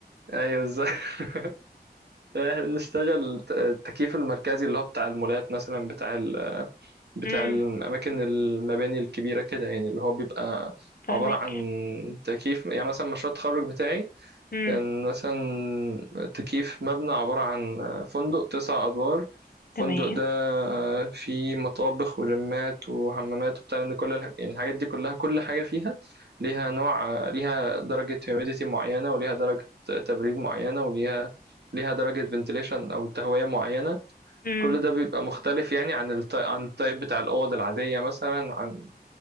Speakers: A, on the right; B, on the left.
A: ايوه ازاي <laughs> احنا بنشتغل الت- التكييف المركزي اللي هو بتاع المولات مثلا بتاع ال- بتاع
B: مم.
A: الأماكن المباني الكبيرة كده يعني اللي هو بيبقى
B: فهماك
A: عبارة عن تكييف يعني مثلا مشروع التخرج بتاعي
B: مم.
A: كان مثلا تكييف مبنى عبارة عن فندق تسع أدوار
B: تمام
A: الفندق ده فيه مطابخ وجمات وحمامات وبتاع لأن كل الح... يعني الحاجات دي كلها كل حاجة فيها ليها نوع ليها درجة humidity معينة وليها درجة تبريد معينة وليها ليها درجة ventilation أو تهوية معينة
B: مم.
A: كل ده بيبقى مختلف يعني عن التايب عن التايب بتاع الأوض العادية مثلا عن